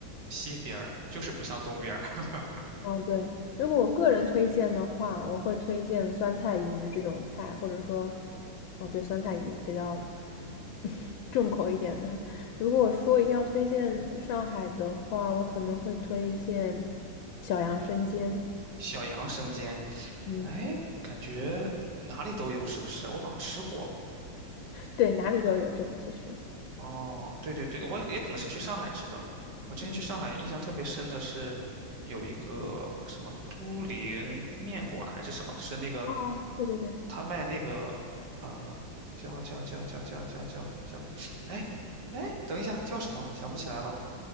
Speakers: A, on the right; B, on the left.
A: 西边儿，就是不像东边儿。<laughs>
B: 嗯，对，如果我个人推荐的话，我会推荐酸菜鱼这种菜，或者说，哦，对，酸菜鱼比较 <laughs> 重口一点的。如果我说一定要推荐上海的话，我可能会推荐小杨生煎。
A: 小杨生煎，
B: 嗯，
A: 哎，感觉哪里都有，是不是？我好像吃过。
B: 对，哪里都有这个其实。
A: 哦，对对对，我也可能是去上海吃的。我之前去上海，
B: 嗯，
A: 印象特别深的是有一个什么都灵面馆还是什么，是那个
B: 哦，对对对，
A: 他卖那个呃叫叫叫叫叫叫叫叫，哎哎，等一下叫什么？想不起来了。